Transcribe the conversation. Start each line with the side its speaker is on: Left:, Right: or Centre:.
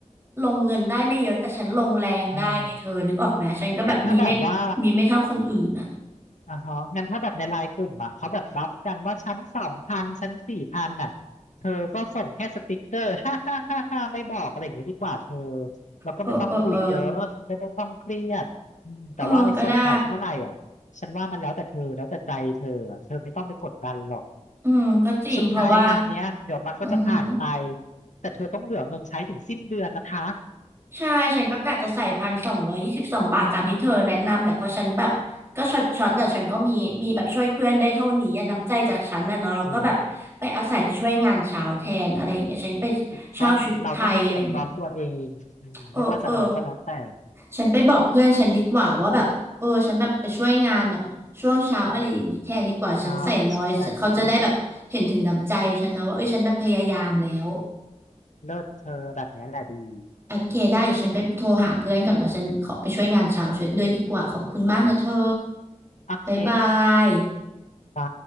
Right: ลงเงินได้ไม่เยอะแต่ฉันลงแรงได้ไงเธอนึกออกไหมฉันก็แบบมีไม่
Left: อ่างั้นถ้าแบบว่า
Right: มีไม่เท่าคนอื่นอ่ะ
Left: อ่าฮะงั้นถ้าแบบในไลน์กลุ่มอ่ะเขาแบบบัฟกันว่าชั้นสองพันชั้นสี่พันอ่ะเธอก็ส่งแค่สติกเกอร์ห้าห้าห้าห้าไม่บอกอะไรอย่างเงี้ยดีกว่าเธอแล้วก็ไม่ต้องคุยเยอะไม่ต้องเครียดอืมแต่ว่าไอ้ส่วนใส่เท่าไหร่อ่ะฉันว่ามันแล้วแต่เธอแล้วแต่ใจเธออะเธอไม่ต้องไปกดดันหรอก
Right: เออเออเออ เออก็ได้อืมก็จริงเพราะว่า
Left: สุดท้ายงานเนี้ยเดี๋ยวมันก็จะผ่านไป
Right: อือหือ
Left: แต่เธอต้องเหลือเงินใช้ถึงสิ้นเดือนนะคะ
Right: ใช่ฉันก็กะจะใส่พันสองร้อยยี่สิบสองบาทตามที่เธอแนะนำแหละเพราะฉันแบบก็ช็อตช็อตแต่ฉันก็มีมีแบบช่วยเพื่อนได้เท่านี้อะน้ำใจจากฉันนะเนาะแล้วก็แบบไปอาศัยช่วยงานเช้าแทนอะไรอย่างเงี้ยฉันไป
Left: จริงถูกต้องเราต้องไม่เดือดร้อนตัวเองอืมไม่ว่าจะอะไรก็แล้วแต่
Right: เช่าชุดไทยอะไรอย่างเงี้ยเออเออฉันไปบอกเพื่อนฉันดีกว่าว่าแบบเออฉันแบบไปช่วยงานแบบช่วงเช้าอะไรอย่างนี้แทนดีกว่าฉันใส่น้อยเขาจะได้แบบเห็นถึงน้ำใจฉันนะว่าเอ้ยฉันแบบพยายามแล้ว
Left: เนาะใช่ไหมดีเลิศเธอแบบเนี้ยแหละดี
Right: โอเคได้เดี๋ยวฉันไปโทรหาเพื่อนก่อนว่าฉันขอไปช่วยงานเช้าช่วยด้วยดีกว่าขอบคุณมากนะเธอ
Left: โอเค
Right: บ๊ายบาย
Left: จ้า